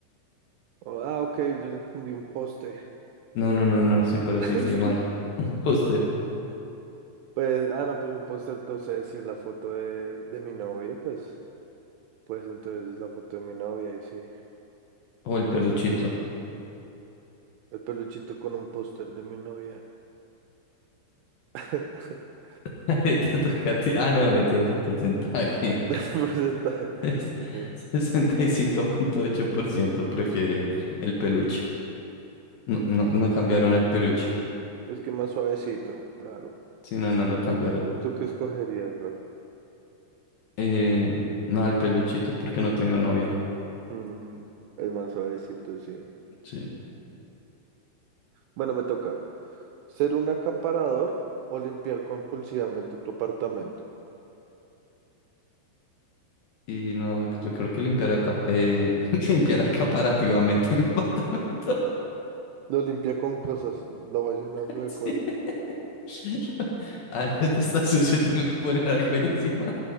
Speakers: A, on the right; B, on the left.
A: Oh, ah, ok, yo le entendí un poste.
B: No, no, no, no, sí, pero sí
A: <laughs>
B: leí mal. <laughs> Un póster
A: Pues, ah, no, pues un póster, entonces si es la foto de, de mi novia, pues, pues entonces es la foto de mi novia y sí,
B: o el
A: un
B: peluchito.
A: póster de... El peluchito con un póster de mi novia. <laughs>
B: <laughs> Le te toca a ti. Ah, no, mentiras, el porcentaje.
A: El
B: <laughs>
A: porcentaje.
B: Es
A: Sí.
B: sesenta y cinco punto ocho por ciento prefiere el peluche. No, no, no cambiaron al peluche.
A: Porque es que más suavecito, claro.
B: Sí, no, no lo
A: Yo
B: cambiaron.
A: lo entiendo. ¿Tú qué escogerías, bro?
B: Eh, no al peluchito porque no tengo novia.
A: Mm, el más suavecito, sí.
B: Sí.
A: Bueno, me toca. ¿Ser un acaparador o limpiar compulsivamente tu apartamento?
B: Y no, yo creo que limpiar, acá, eh, <laughs> limpiar acaparativamente mi apartamento.
A: Lo limpia con cosas, lo va llenando
B: <laughs>
A: de cosas.
B: <laughs> Ah, no, esto está sucio, tengo que poner algo ahí encima.